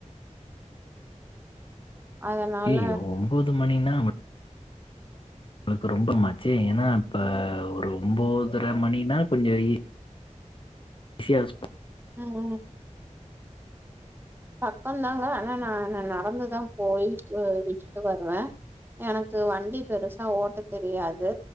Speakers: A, on the right (about 15°); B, on the left (about 40°).
A: <unintelligible> அதனால
B: ஐய்ஐயோ ஒம்பொது மணினா உங்ளுக்கு ரொம்ப மச்சே ஏனா இப்ப ஒரு ஒம்போதர மணின்னா கொஞ்சோ இ ஷியா அஸ்ப
A: ம் ம் பக்கோந்தாங்க ஆனா நா நடந்துதா போயி வி விட்டுட்டு வருவ எனக் து வண்டி பெருசா ஓட்ட தெரியாது